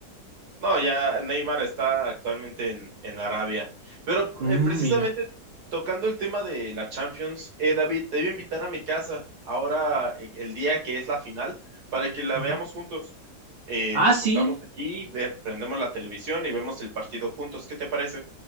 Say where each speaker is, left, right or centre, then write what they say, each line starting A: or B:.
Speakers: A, on the right; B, on the right.
A: No, ya Neymar está actualmente en, en Arabia. Pero
B: Mm,
A: eh, precisamente
B: mira.
A: tocando el tema de la Champions, eh, David, te voy a invitar a mi casa ahora eh, el día que es la final para que la
B: Ujú.
A: veamos juntos. Eh,
B: Ah,
A: nos
B: sí,
A: juntamos aquí, ve- prendemos la televisión y vemos el partido juntos. ¿Qué te parece?